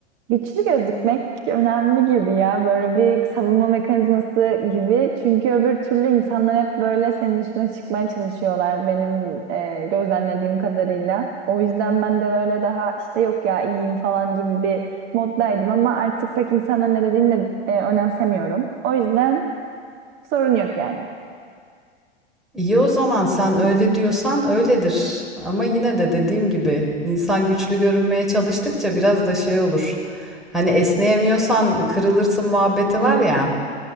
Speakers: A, on the right (about 30°); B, in the centre.
A: Güçlü gözükmek önemli gibi ya. Böyle bir savunma mekanizması gibi. Çünkü öbür türlü insanlar hep böyle senin üstüne çıkmaya çalışıyorlar benim e, gözlemlediğim kadarıyla. O yüzden ben de böyle daha işte yok ya iyiyim falan gibi bir moddaydım ama artık pek insanların ne dediğini de e, önemsemiyorum. O yüzden sorun yok yani.
B: İyi o zaman sen öyle diyorsan öyledir. Ama yine de dediğim gibi insan güçlü görünmeye çalıştıkça biraz da şey olur. Hani esneyemiyorsan kırılırsın muhabbeti
A: Hmm.
B: var ya,